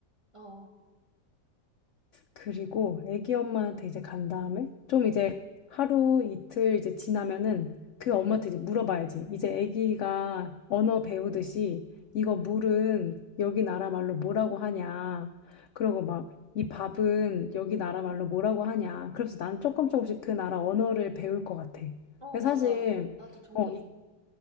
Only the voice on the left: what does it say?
그리고 애기 엄마한테 이제 간 다음에 좀 이제 하루 이틀 이제 지나면은 그 엄마한테 이제 물어봐야지. 이제 애기가 언어 배우듯이 이거 물은 여기 나라 말로 뭐라고 하냐. 그러고 막 이 밥은 여기 나라 말로 뭐라고 하냐. 그래서 난 조금 조금씩 그 나라 언어를 배울 것 같아.
근데
사실
어,